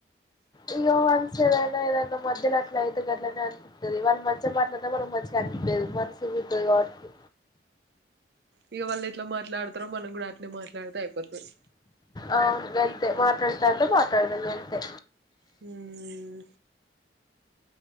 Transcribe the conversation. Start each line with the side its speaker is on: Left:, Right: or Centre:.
Left: ఇగో వన్స్ ఏదైనా ఏదైనా మధ్యలో అట్లా అయితే గట్లనే అనిపితది. వాళ్ళు మంచిగా మాట్లాడితే మనకు మంచిగా అనిపియదు. సిమ్ ఇత్తది గావాట్కి
Right: ఇగా వాళ్ళు ఎట్లా మాట్లాడతారో మనం కూడా అట్నే మాట్లాడితే అయిపోతాది.
Left: ఆ వెళ్తే మాట్లాడతాంట మాట్లాడదాం గంతే
Right: హ్మ్మ్